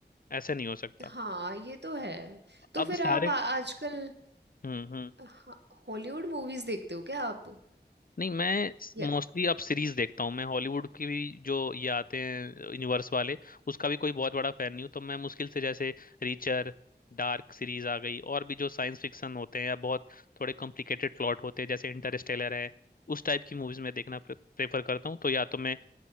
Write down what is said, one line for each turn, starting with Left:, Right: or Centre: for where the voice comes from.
Left: ऐसे नहीं हो सकता
Right: हाँ ये तो है तो
Left: अब
Right: फिर
Left: सारे
Right: आप आ- आजकल
Left: हम्म हम्म
Right: हाँ हॉलीवुड मूवीज देखते हो क्या आप
Left: नहीं मैं
Right: या
Left: मोस्टली अब सीरीज देखता हूँ मैं हॉलीवुड की भी जो ये आते हैं यूनिवर्स वाले उसका भी कोई बहुत बड़ा फैन नहीं हूँ तो मैं मुश्किल से जैसे रीचर डार्क सीरीज आ गई और भी जो साइंस फिक्शन होते हैं या बहुत थोड़े कॉम्प्लिकेटेड प्लॉट होते हैं जैसे इंटरस्टेलर है उस टाइप की मूवीज मैं देखना प्रेफर करता हूँ तो या तो मैं